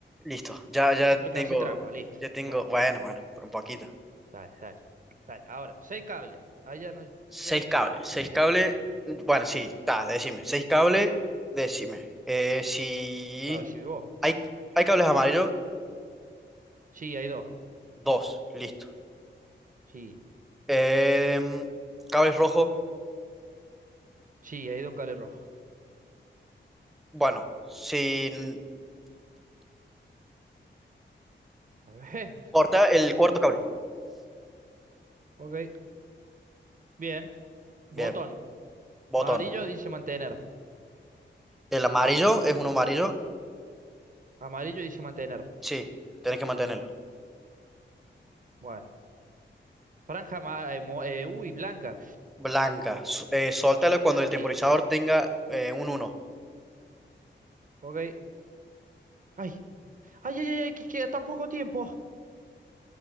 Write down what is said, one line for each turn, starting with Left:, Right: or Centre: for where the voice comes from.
Centre: Listo. Ya, ya
Right: Tuve
Centre: tengo,
Right: que hacer trampa, listo.
Centre: ya tengo,
Right: Bueno,
Centre: bueno, bueno, por un poquito.
Right: dale, dale. Dale, ahora, seis cables. Ah, ya no,
Centre: Seis
Right: ya no estoy
Centre: cables,
Right: viendo. Tenés
Centre: seis
Right: que
Centre: cables.
Right: decirme vos.
Centre: Bueno, sí,
Right: Sí.
Centre: está, decime. Seis cables, decime. Eh, si
Right: No, decime vos.
Centre: hay, hay cables amarillos,
Right: Sí, hay dos.
Centre: dos, listo.
Right: Sí.
Centre: Em, cables rojos.
Right: Sí, hay dos cables rojos.
Centre: Bueno, si
Right: A ver.
Centre: corta
Right: <laughs>
Centre: el cuarto cable.
Right: Ok. Bien. Botón.
Centre: Bien, botón.
Right: Amarillo dice mantener.
Centre: El amarillo es uno amarillo.
Right: Amarillo dice mantener.
Centre: Sí, tenés que mantenerlo.
Right: Bueno. Franja ma- eh, mo- eh, uy, blanca.
Centre: Blanca, su- eh, suéltala cuando el
Right: Sí.
Centre: temporizador tenga eh, un uno
Right: Ok. Ay, Ay, ay, ay, ay, que queda tan poco tiempo.